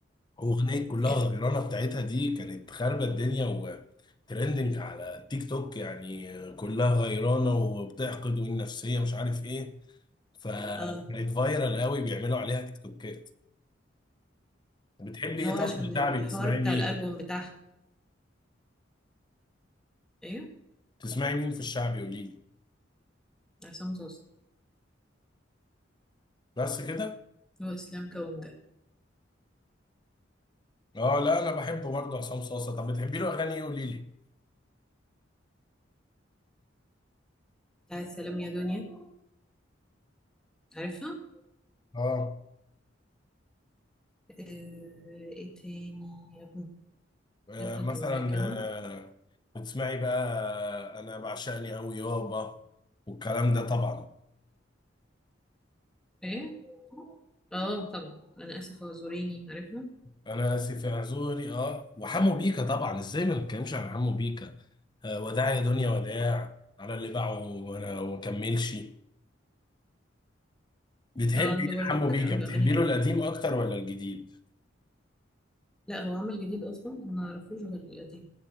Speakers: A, on the left; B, in the centre.
A: اغنيه كلها
B: إيه؟
A: غيرانه بتاعتها دي كانت خاربه الدنيا وترندنج على تيك توك يعني كلها غيرانه وبتحقد والنفسيه مش عارف ايه فكانت
B: اه
A: فايرال قوي بيعملوا عليها تيك توكات بتحبي ايه
B: هو
A: طب
B: عشان
A: في الشعبي
B: الحوار
A: بتسمعي
B: بتاع
A: مين
B: الألبوم بتاعها ايه؟
A: بتسمعي مين في الشعبي قولي لي
B: عصام صوصة
A: بس كده
B: هو إسلام كونجا
A: اه لا انا بحب برضه عصام صاصا طب بتحبي له اغاني ايه قولي لي
B: بتاعت سلام يا دنيا عارفها؟
A: اه
B: آه ايه تاني يا ابن
A: آه
B: نبتة
A: مثلا
B: المحكمة
A: آه بتسمعي بقى آه، انا بعشقني قوي يابا والكلام ده طبعا
B: ايه؟ اه طبعا أنا آسف اعذريني عارفها؟
A: انا اسف يا اعذوري اه وحمو بيكا طبعا ازاي ما نتكلمش عن حمو بيكا آه وداع يا دنيا وداع على اللي باعه وانا ومكملش بتحبي
B: اه عنده
A: إيه
B: برضك
A: حمو بيكا
B: عنده
A: بتحبي
B: أغاني حلوة
A: له القديم اكتر ولا الجديد
B: لا هو عمل جديد اصلا ما نعرفوش غير القديم